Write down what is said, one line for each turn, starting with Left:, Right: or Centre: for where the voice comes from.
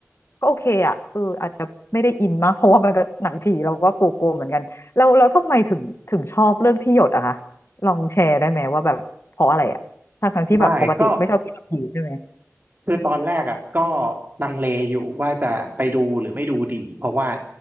Left: ก็โอเคอ่ะเอออาจจะไม่ได้อินมาก <laughs> เพราะว่ามันก็หนังผีเราก็กลัวๆเหมือนกันแล้วแล้วทำไมถึงถึงชอบเรื่องที่หยดอะคะลองแชร์ได้ไหมว่าแบบเพราะอะไรอะทั้งๆที่แบบปกติไม่ชอบดูหนังผีใช่ไหม
Right: ได้ก็ คือตอนแรกอ่ะก็ลังเลอยู่ว่าจะไปดูหรือไม่ดูดีเพราะว่า